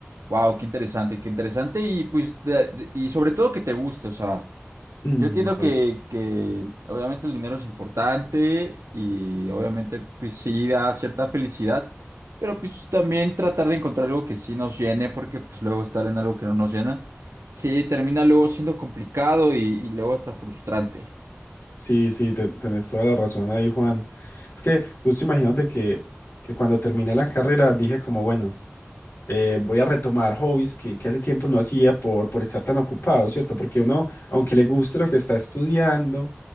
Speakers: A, on the right; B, on the left.
A: wow, qué interesante, qué interesante, y pues, de- de- y sobre todo que te guste, o sea,
B: Mm,
A: yo entiendo
B: exacto.
A: que, que obviamente el dinero es importante y obviamente pues sí da cierta felicidad, pero pues también tratar de encontrar algo que sí nos llene, porque pues luego estar en algo que no nos llena, sí termina luego siendo complicado y, y luego hasta frustrante.
B: Sí, sí, te- tenés toda la razón ahí, Juan. Es que justo imagínate que, que cuando terminé la carrera dije como, bueno, eh, voy a retomar hobbies que, que hace tiempo no hacía por, por estar tan ocupado, ¿cierto? Porque uno, aunque le guste lo que está estudiando,